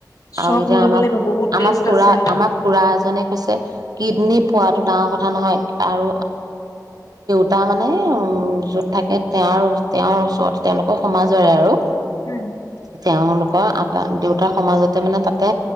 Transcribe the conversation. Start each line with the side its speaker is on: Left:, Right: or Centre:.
Left: চব
Right: আৰু এতিয়া
Left: মিলিব
Right: আমাক
Left: লাগিব বহুত
Right: আমাক
Left: টেষ্ট
Right: খুৰা
Left: আছে
Right: আমাক খুৰা এজনে কৈছে। কিডনী পোৱটো ডাঙৰ কথা নহয় আৰু। তাৰ মানে উ যত থাকে তেওঁৰ তেওঁৰ ওচৰতে তেওঁলোকৰ সমাজৰে আৰু
Left: উম
Right: তেওঁলোকৰ আটা দেউতাৰ সমাজতে মানে তাতে